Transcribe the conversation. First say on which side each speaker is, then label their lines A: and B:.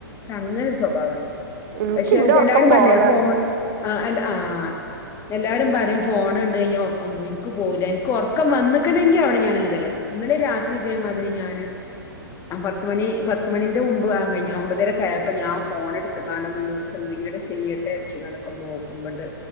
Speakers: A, on the left; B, on the right.
A: അങ്ങനെ സ്വഭാവുണ്ട്
B: ഇൻക്ക്
A: പഷേത്
B: ഇന്റെ
A: ജനാല്പറഞ്ഞയ
B: ഒറക്കം പോവലാണ്
A: ഫോൺ ആ അൽ ആ എല്ലാരും പറയും- ഫോണ് കണ്ട് കഴിഞ്ഞാ ഒറക്കോം പോയി ക്ക് പോവൂല എനിക്ക് ഒറക്കം വന്നിക്കണെങ്കിൽ അവിടെ ഞാൻ എന്തായാലുറങ്ങും ഇന്നലെ രാ ഇതേമാതിരി ഞാന്- ആ പത്തുമണി പത്തുമണിന്റെ മുമ്പ് കഴിഞ്ഞ് ഒൻമ്പതരയൊക്കെ ആയപ്പോ ഞാൻ ഫോൺ എടുത്ത് കണ്ടന്ന് എന്തെങ്കിലുമൊക്കെ ചെയ്യട്ടെ എന്ന് വിചാരിച്ക്കാണ്ട് നോക്കുമ്പോണ്ട്